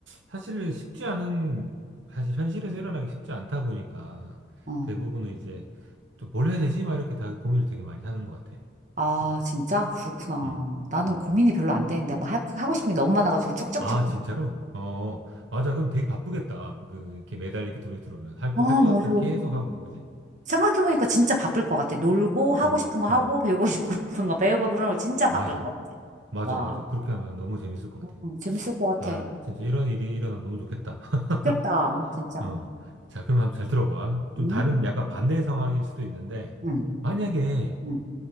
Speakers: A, on the right (about 80°); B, on the right (about 40°).
A: 사실 쉽지 않은, 사실 현실에서 일어나기 쉽지 않다 보니까
B: 어.
A: 대부분은 이제 또 뭘 해야 되지? 막 이렇게 다 고민을 되게 많이 하는 것 같아.
B: 아,
A: 그지?
B: 진짜? 그렇구나.
A: 음,
B: 나는
A: 음.
B: 고민이 별로 안 되는데. 막 하- 하고 싶은 게 너무 많아가지고 쭉쭉쭉.
A: 아, 진짜로? 어, 어. 맞아. 그럼 되게 바쁘겠다. 그, 이렇게 매달 이렇게 돈이 들어오면 할 거,
B: 아,
A: 할 것들
B: 맞아.
A: 계속 하고, 그지?
B: 생각해보니까 진짜 바쁠 것 같아. 놀고, 하고
A: 음,
B: 싶은 거 하고,
A: 음.
B: 배우고 <laughs> 싶은 거 배우고, 그런 거 진짜
A: 맞아.
B: 바쁠 것 같아.
A: 맞아,
B: 와.
A: 맞아. 그렇게 하면 너무 재밌을 것 같아.
B: 음, 재밌을 것
A: 아,
B: 같아.
A: 진짜 이런 일이 일어나면 너무 좋겠다. <laughs>
B: 좋겠다. 진짜.
A: 어. 자, 그럼 한번 잘 들어봐. 좀
B: 응?
A: 다른 약간 반대 상황일 수도 있는데,
B: 응,
A: 만약에
B: 응,